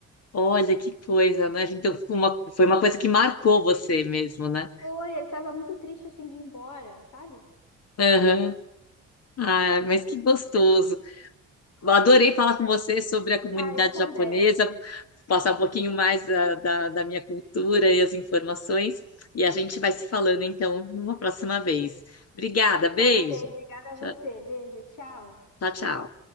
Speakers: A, on the left; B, on the left.
A: Olha que coisa, né? Então, uma, foi uma coisa que marcou você mesmo, né?
B: Foi, ele tava muito triste assim de ir embora, sabe?
A: Aham. Ah, mas que gostoso. Eu Adorei falar com você sobre a comunidade
B: Ah, eu também.
A: japonesa, passar um pouquinho mais da, da, da minha cultura e as informações. E a gente vai se falando, então, numa próxima vez. Obrigada, beijo.
B: Tá ok, obrigada a
A: Tchau,
B: você. Beijo, tchau.
A: tchau. tchau.